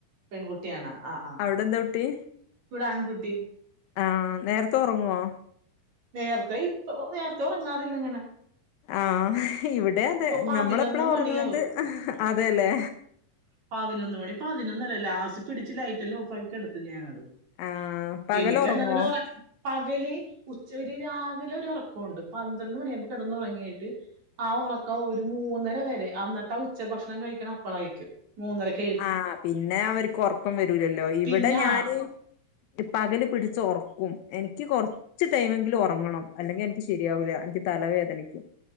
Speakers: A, on the right; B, on the left.
A: പെൺകുട്ടിയാണാ ആഹ് ആഹ്
B: അവിടെ എന്താ കുട്ടി
A: ഇവ്ടെ ആൺകുട്ടി
B: ആഹ് നേര്ത്തെ ഒറ്ങ്ങോ
A: നേറ്ത്തേ ഇപ്പൊ ഒ ഒ നേറ്ത്തെ ഒറങ്ങാറില്ലെങ്ങെനെ
B: ആഹ് ഇവിടേ അതേ
A: പതിനൊന്ന്
B: നമ്മളെപ്പളാ
A: മണിയാവും
B: ഒറ്ങ്ങ്ന്നത് അതേല്ലേ
A: പതിനൊന്ന് മണി പതിനൊന്നര ലാസ്റ്റ് പിടിച്ച് ലൈറ്റെല്ലാം ഓഫാക്കി കെട്ത്തും ഞാനത്
B: ആഹ് പകല്
A: എനിക്കെല്ലാതെതിനെ
B: ഉറങ്ങുവോ
A: ഒറക്ക പകല് ഉച്ച ഒര് രാവിലെ ഒര് ഒറക്കോണ്ട് പന്ത്രണ്ട് മണിയാകുമ്പോ കെടെന്നൊറങ്ങീട്ട് ആ ഒറക്കം ഒരു മൂന്നെര വരേ അന്ന്ട്ടാ ഉച്ചഭക്ഷണം കഴിക്ക്ണ അപ്പളായ്രിക്കും മൂന്നെരക്ക്
B: ആഹ് പിന്നേ അവര്ക്ക് ഒർക്കം വെരൂലല്ലോ ഇവ്ടെ
A: പിന്നെ
B: ഞാന് ഇ പകല് പിടിച്ച് ഒർക്കും എനിയ്ക്ക് കൊർച്ച് ടെയ്മെങ്കിലും ഒർ ർങ്ങണം അല്ലെങ്കി എനിയ്ക്ക് ശെരിയാവൂല എനിയ്ക്ക് തലവേദനിയ്ക്കും